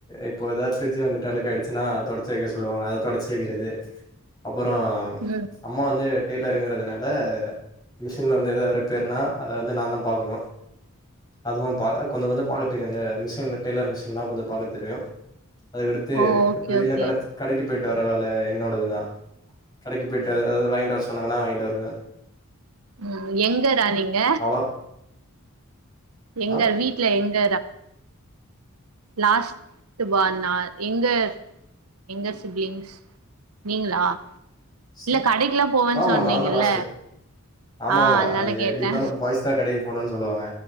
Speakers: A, on the left; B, on the right.
A: இப்போ ஏதாச்சு ஃப்ரிட்ஜ் வந்துட்டு அழுக்க ஆயிடுச்சுன்னா தொடச்சி வைக்க சொல்லுவாங்க அதை தொடச்ச கிறது அப்புறம்
B: ம்
A: அம்மா வந்து டெய்லருங்கிறதுனால மிஷின்ல வந்து எதாவது ரிப்பேர்னா அதை வந்து நான் தான் பார்க்கணும் அதுவும் பா கொஞ்சம் கொஞ்சம் பார்க்க தெரியும் இந்த மிஷின்ல டெய்லர் மிஷின்லாம் கொஞ்சம் பார்க்க தெரியும் அதுக்கடுத்து
B: ஓ ஓகே
A: வெளியில
B: ஓகே
A: கடை கடைக்கு போய்ட்ட வேலை என்னோடது தான் கடைக்கு தவறுல்லாம் என்னோடது தான் கடைக்கு போய்ட்டு வாங்கிட்டு வர சொன்னாங்கன்னா வாங்கிட்டு வருவேன்
B: உம் எங்கடா நீங்க
A: அவ்ளோ
B: எங்க
A: ஆ
B: வீட்டு்ல எங்க லாஸ்ட் அ வாழ்நாள்லே எங்க -எங்க சிப்லிங்ஸ் நீங்களா
A: சி
B: இல்ல கடைக்குல்லாம் போவேன்னு
A: ஆமா
B: சொன்னீங்கல்ல
A: நான்தா லாஸ்ட்டு ஆமா
B: ஆ
A: ஆமா
B: அதனால
A: அது
B: கேட்டே
A: எப்டி இருந்தாலும் பாய்ஸ் தான் கடைக்கு போணும்ன்னு சொல்லுவாங்க